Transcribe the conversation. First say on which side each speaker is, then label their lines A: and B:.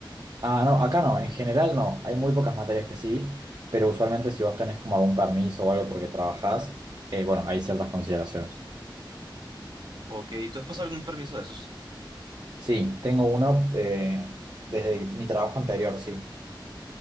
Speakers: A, on the right; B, on the right.
A: Ah, no, acá no, en general no. Hay muy pocas materias que sí, pero usualmente si vos tenés como algún permiso o algo porque trabajás, eh, bueno, hay ciertas consideraciones.
B: Ok, ¿y tú has pasado algún permiso de esos?
A: Sí, tengo uno eh, desde mi trabajo anterior, sí.